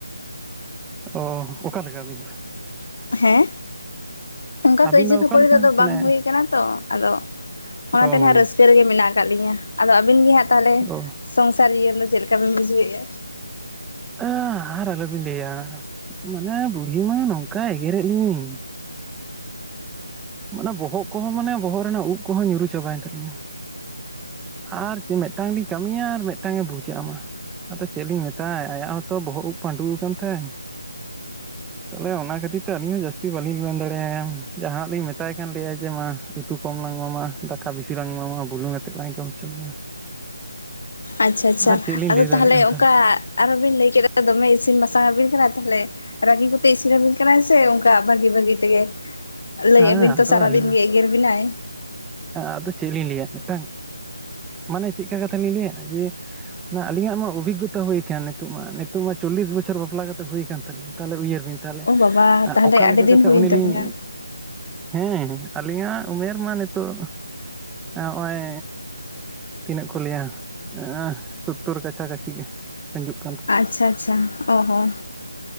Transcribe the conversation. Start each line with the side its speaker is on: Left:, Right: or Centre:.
Centre: ᱚᱻ ᱚᱠᱟᱞᱮᱠᱟ ᱟᱹᱵᱤᱱ ᱫᱚ?
Left: ᱦᱮᱸ ᱚᱝᱠᱟ
Centre: ᱟᱹᱵᱤᱱ
Left: ᱠᱟᱹᱭᱡᱟᱹ
Centre: ᱫᱚ
Left: ᱠᱷᱟᱹᱯᱟᱹᱲᱤ
Centre: ᱚᱠᱟᱞᱮᱠᱟ
Left: ᱫᱚ
Centre: ᱢᱟᱱᱮ
Left: ᱵᱟᱝ ᱦᱩᱭ ᱠᱟᱱᱟ ᱛᱚ ᱟᱫᱚ ᱚᱱᱟᱛᱮ
Centre: ᱚ
Left: ᱱᱟᱦᱟᱸᱜ ᱨᱟᱹᱥ ᱨᱮᱜᱮ ᱢᱮᱱᱟᱜ ᱟᱠᱟᱜ ᱞᱤᱧᱟᱹ᱾ ᱟᱫᱚ ᱟᱹᱵᱤᱱ ᱜᱮ ᱦᱟᱸᱜ ᱛᱟᱦᱚᱞᱮ
Centre: ᱚ
Left: ᱥᱚᱝᱥᱟᱨ ᱤᱭᱟᱹ <unintelligible> ᱪᱮᱜ ᱞᱮᱠᱟ ᱵᱤᱱ ᱵᱩᱡᱷᱟᱹᱣᱮᱜᱼᱟ?
Centre: ᱟ ᱟᱨ ᱟᱞᱚᱵᱤᱱ ᱞᱟᱹᱭᱟ ᱢᱟᱱᱮ ᱵᱩᱲᱦᱤ ᱢᱟ ᱱᱚᱝᱠᱟ ᱮᱜᱮᱨᱮᱜ ᱞᱤᱧᱟᱹ᱾ ᱢᱟᱱᱮ ᱵᱚᱦᱚᱜ ᱠᱚᱦᱚᱸ ᱢᱟᱱᱮ ᱵᱚᱦᱚᱜ ᱨᱮᱱᱟᱜ ᱩᱵ ᱠᱚᱦᱚᱸ ᱧᱩᱨᱩ ᱪᱟᱵᱟᱭᱮᱱ ᱛᱟᱞᱤᱧᱟ᱾ ᱟᱨ ᱡᱮ ᱢᱤᱜᱴᱟᱝ ᱞᱤᱧ ᱠᱟᱹᱢᱤᱭᱟ ᱟᱨ ᱢᱤᱫᱹᱜᱴᱟᱝᱮ ᱵᱩᱡᱷᱟᱹᱜᱼᱟᱢᱟ᱾ ᱟᱫᱚ ᱪᱮᱫ ᱞᱤᱧ ᱢᱮᱛᱟᱭᱼᱟ ᱟᱭᱟᱜ ᱦᱚᱸᱛᱚ ᱵᱚᱦᱚᱜ ᱩᱵ ᱯᱟᱹᱰᱩ ᱟᱠᱟᱱ ᱛᱟᱭᱟ᱾ ᱛᱟᱦᱚᱞᱮ ᱚᱱᱟ ᱠᱷᱟᱹᱛᱤᱨ ᱛᱮ ᱟᱹᱞᱤᱧ ᱦᱚᱸ ᱡᱟᱹᱥᱛᱤ ᱵᱟᱹᱞᱤᱧ ᱢᱮᱱ ᱫᱟᱲᱮᱟᱭᱟ ᱡᱟᱦᱟᱱᱟᱜ ᱞᱤᱧ ᱢᱮ ᱢᱮᱛᱟᱭ ᱠᱷᱟᱱ ᱞᱟᱹᱭᱟᱭ ᱡᱮ ᱢᱟ ᱩᱛᱩ ᱠᱚᱢ ᱞᱟᱝ ᱮᱢᱟᱢᱟ ᱫᱟᱠᱟ ᱵᱤᱥᱤ ᱞᱟᱝ ᱮᱢᱟᱢᱟ ᱵᱩᱞᱩᱝ ᱟᱛᱮᱫ ᱞᱟᱝ ᱡᱚᱢ ᱦᱚᱪᱚ ᱢᱮᱭᱟ᱾
Left: ᱟᱪᱪᱷᱟ ᱟᱪᱪᱷᱟ
Centre: ᱟᱨ ᱪᱮᱫ ᱞᱤᱧ
Left: ᱟᱫᱚ
Centre: ᱞᱟᱹᱭ
Left: ᱛᱟᱦᱚᱞᱮ
Centre: ᱫᱟᱲᱮᱭᱟᱜᱼᱟ
Left: ᱚᱱᱠᱟ ᱟᱨᱦᱚᱸ ᱵᱤᱱ ᱞᱟᱹᱭ ᱠᱮᱫᱟ ᱫᱚᱢᱮ ᱤᱥᱤᱱ ᱵᱟᱥᱟᱝ ᱟᱵᱤᱱ ᱠᱟᱱᱟ ᱛᱟᱦᱚᱞᱮ ᱨᱟᱹᱜᱤ ᱠᱚ ᱤᱥᱤᱱᱵᱤᱱ ᱠᱟᱱᱟᱭ ᱥᱮ ᱚᱱᱠᱟ ᱵᱷᱟᱹᱜᱤ ᱵᱷᱟᱹᱜᱤ ᱛᱮᱜᱮ ᱞᱟᱹᱭᱵᱤᱱ
Centre: ᱦᱮᱸ ᱟᱫᱚ
Left: ᱛᱚ ᱥᱟᱨᱟ
Centre: ᱟᱹᱞᱤᱧ
Left: ᱫᱤᱱ ᱜᱮ ᱮᱜᱮᱨ ᱵᱮᱱᱟᱭ᱾
Centre: ᱟᱫᱚ ᱪᱮᱫ ᱞᱤᱧ ᱞᱟᱹᱭᱟ ᱢᱤᱫᱴᱟᱝ ᱢᱟᱱᱮ ᱪᱮᱫ ᱞᱮᱠᱟ ᱠᱟᱛᱷᱟ ᱞᱤᱧ ᱞᱟᱹᱭᱟ ᱡᱮ ᱚᱱᱟ ᱟᱞᱤᱧᱟᱜ ᱢᱟ ᱚᱵᱷᱤᱜᱚᱛᱟ ᱦᱩᱭ ᱟᱠᱟᱱ ᱱᱤᱛᱚᱜ ᱢᱟ ᱱᱤᱛᱚᱜ ᱢᱟ ᱪᱚᱞᱞᱤᱥ ᱵᱚᱪᱷᱚᱨ ᱵᱟᱯᱞᱟ ᱠᱟᱛᱮ ᱦᱩᱭᱩ ᱟᱠᱟᱱ ᱛᱟᱹᱧᱟ᱾ ᱛᱟᱦᱚᱞᱮ ᱩᱭᱦᱟᱹᱨ ᱵᱤᱱ ᱛᱟᱦᱚᱞᱮ
Left: ᱚ ᱵᱟᱵᱟ ᱛᱟᱦᱚᱞᱮ
Centre: ᱚᱠᱟ ᱞᱮᱠᱟ
Left: ᱟᱹᱰᱤ ᱫᱤᱱ
Centre: ᱠᱟᱛᱮᱫ
Left: ᱦᱩᱭᱮᱱ
Centre: ᱩᱱᱤ
Left: ᱛᱟᱵᱤᱱᱟ
Centre: ᱞᱤᱧ ᱦᱮᱸ ᱟᱹᱞᱤᱧᱟᱜ ᱩᱢᱮᱨ ᱢᱟ ᱱᱤᱛᱚᱜ ᱱᱚᱜᱼᱚᱭ ᱛᱤᱱᱟᱹᱜ ᱠᱚ ᱞᱟᱹᱭᱟ ᱮᱸ ᱥᱳᱛᱛᱚᱨ ᱠᱟᱪᱷᱟ ᱠᱟᱪᱷᱤ ᱜᱮ <inaudible>
Left: ᱟᱪᱪᱷᱟ ᱟᱪᱪᱷᱟ᱾ ᱚ ᱦᱚᱸ